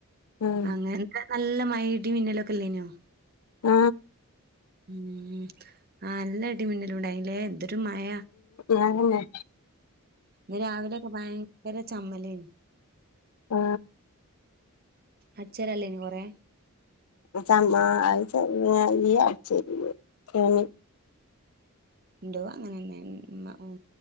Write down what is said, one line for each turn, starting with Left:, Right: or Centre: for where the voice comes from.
Left: ഉം
Right: അങ്ങനെ എന്ത നല്ല മ ഇ ഡി മിന്നലൊക്കെ ഇല്ലേനോ
Left: അ
Right: ഉം ആ നല്ല ഇടി മിന്നലും ഉണ്ടായില്ലേ എന്ത് മഴ
Left: ഞാനന്നെ
Right: ഇ രാവിലെക്കെ ഭയങ്കര ചു കമല്
Left: അ
Right: അച്ചരല്ലേ ഇനി കൊറെ
Left: <unintelligible> ചമ്മാ അയ് <unintelligible> അട്ച്ചോരെ <unintelligible>
Right: ഇന്റെയും അങ്ങനെന്നെ ഉം ഇമ്മ ഉം